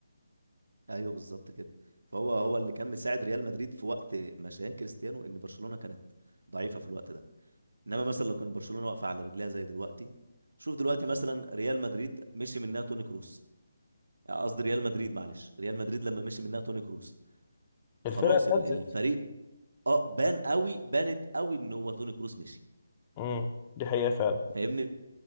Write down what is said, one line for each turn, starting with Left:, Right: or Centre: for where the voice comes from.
Right: ايوه بالظبط كده فهو هو اللي كان مساعد ريال مدريد في وقت مشيان كريستيانو ان برشلونة كانت ضعيفة في الوقت ده انما مثلا لو كان برشلونة واقفة على رجليها زي دلوقتي شوف دلوقتي مثلا ريال مدريد مشي منها توني كروس آه، قصدي ريال مدريد معلش ريال مدريد لما مشي منها توني كروس خلاص
Left: الفرقة اتهزت
Right: ال- الفريق اه بان قوي بانت قوي ان هو توني كروس مشي
Left: امم دي حقيقة فعلا
Right: فاهمني